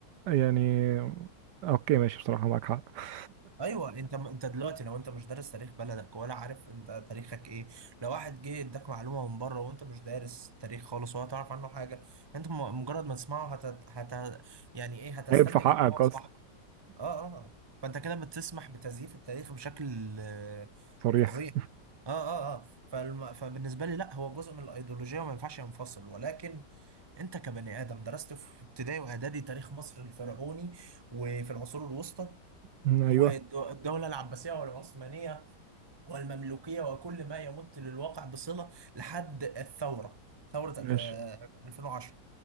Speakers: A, on the right; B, on the right.
A: يعني اوكي ماشي بصراحة معاك حق <laughs>
B: ايوه انت انت دلوقتي لو انت مش دارس تاريخ بلدك ولا عارف انت تاريخك ايه لو واحد جه اداك معلومه من بره وانت مش دارس تاريخ خالص ولا تعرف عنه حاجه انت م- مجرد ما تسمعه هت... هت... يعني ايه هتستنتج
A: عيب في حقك
B: ان هو
A: اصلا
B: صح اه اه اه. فانت كده بتسمح بتزييف التاريخ بشكل آه،
A: صريح
B: فظيع اه اه اه فالم... فبالنسبه لي لا هو جزء من الايديولوجيه وما ينفعش ينفصل ولكن انت كبني ادم درست في ابتدائي واعدادي تاريخ مصر الفرعوني وفي العصور الوسطى
A: م- ايوه
B: والدولة العباسية والعثمانية والمملوكية وكل ما يمت للواقع بصلة لحد الثورة ثورة
A: ماشي
B: الف... 2010